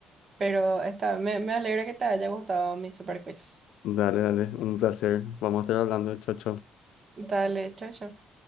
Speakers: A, on the right; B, on the left.
A: pero está, me, me alegra que te haya gustado mi super quiz.
B: Dale, dale, un placer. Vamos a estar hablando, chao, chao.
A: Dale, chao, chao.